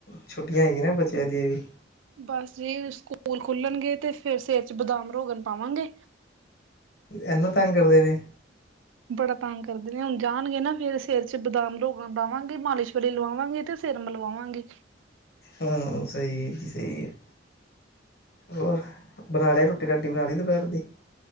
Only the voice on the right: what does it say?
ਬਸ ਜੇ ਸਕੂਲ ਖੁੱਲਣਗੇ ਤੇ ਫਿਰ ਸਿਰ 'ਚ ਬਦਾਮ ਰੋਗਣ ਪਾਵਾਂਗੇ।
ਬੜਾ ਤੰਗ ਕਰਦੇ ਨੇ ਹੁਣ ਜਾਣਗੇ ਨਾ ਫੇਰ ਸਿਰ 'ਚ ਬਦਾਮ ਰੋਗਣ ਲਵਾਂਗੇ ਮਾਲਿਸ਼ ਵਾਲੀ ਲਵਾਵਾਂਗੇ ਤੇ ਸਿਰ ਮਲਵਾਵਾਂਗੇ।